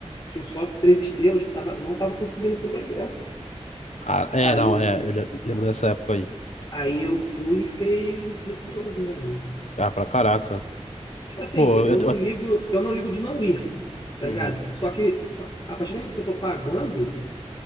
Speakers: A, on the left (about 40°); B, on the left (about 80°).
A: que o sócio Três Estrelas tava, não tava conseguindo comprar ingresso.
B: Ah, é,
A: Aí,
B: não, é. Eu le- lembro dessa época aí.
A: aí eu fui e fiquei receoso, né, mano?
B: Ah, pra caraca.
A: Tipo assim,
B: Pô,
A: eu
B: eu,
A: não
B: eu-
A: ligo, eu não ligo de não ir, tá
B: uhum.
A: ligado? Só que a partir do momento que eu tô pagando,